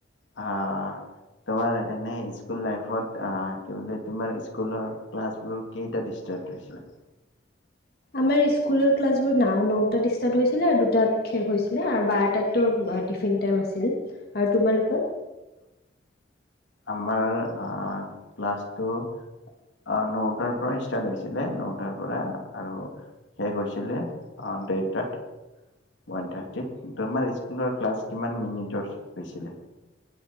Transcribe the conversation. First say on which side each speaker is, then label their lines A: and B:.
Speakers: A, on the left (about 80°); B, on the left (about 55°).
A: অ', তোমাৰ এনে স্কুল লাইভত অ', কি বোলে তোমাৰ স্কুলৰ ক্লাচবোৰ কেইটাত স্টাৰ্ট হৈছিলে।
B: আমাৰ স্কুলৰ ক্লাছবোৰ নাও নটাত ষ্টাৰ্ট হৈছিলে আৰু দুটাত শেষ হৈছিলে আৰু বাৰটাততো টিফিন টাইম আছিল। আৰু তোমালোকৰ?
A: আমাৰ আহ ক্লাছটো আহ নটাৰ ষ্টাৰ্ট হৈছিলে নটাৰ কৰা আৰু শেষ হৈছিলে আহ দেৰটাত ওৱান থাৰ্টিত। তোমাৰ স্কুলৰ ক্লাছ কিমান মিনিটৰ হৈছিলে?